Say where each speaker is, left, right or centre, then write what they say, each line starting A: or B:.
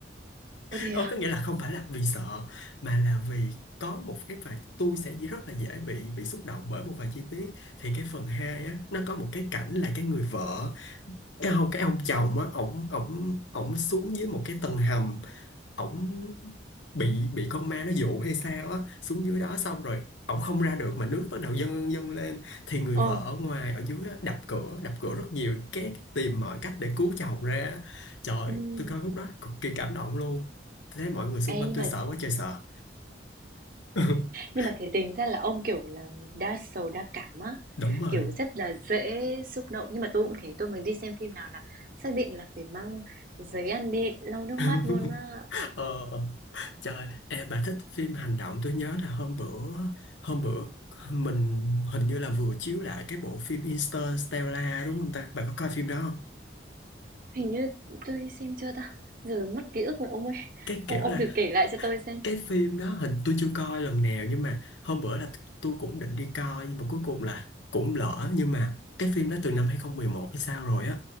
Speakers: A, on the right; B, on the left.
A: Ôi thế
B: Ờ,
A: á?
B: có nghĩa là không phải là vì sợ mà là vì có một cái vài tôi sẽ dễ- rất là dễ bị bị xúc động bởi một vài chi tiết thì cái phần 2 á nó có một cái cảnh là cái người vợ cái ông cái ông chồng á ổng ổng ổng xuống dưới một cái tầng hầm ổng bị bị con ma nó dụ hay sao á xuống dưới đó xong rồi ổng không ra được mà nước bắt đầu dâng dâng lên thì người
A: Ồ,
B: vợ ở ngoài ở dưới á, đập cửa đập cửa rất nhiều cái tìm mọi cách để cứu chồng ra trời
A: ừm.
B: tôi coi lúc đó cực kỳ cảm động luôn thế mọi người xung
A: Ê,
B: quanh
A: nhưng
B: tôi
A: mà
B: sợ quá trời sợ <laughs>
A: nhưng mà thế tính ra là ông, kiểu là, người đa sầu đa cảm á,
B: đúng rồi
A: kiểu, rất là dễ xúc động. Nhưng mà tôi cũng thế, tôi mới đi xem phim nào là xác định là phải mang giấy ăn đi lau nước
B: <laughs>
A: mắt luôn á.
B: ờ, trời em bà thích phim hành động tôi nhớ là hôm bữa hôm bữa mình hình như là vừa chiếu lại cái bộ phim Interstellar đúng không ta bà có coi phim đó không
A: Hình như tôi đi xem chưa ta? Giờ mất ký ức rồi ông ơi.
B: cái
A: Ông
B: kiểu
A: ông
B: là
A: thử kể lại cho tôi xem.
B: cái phim đó hình tôi chưa coi lần nào nhưng mà hôm bữa là tôi cũng định đi coi nhưng mà cuối cùng là cũng lỡ nhưng mà cái phim đó từ năm 2011 hay sao rồi á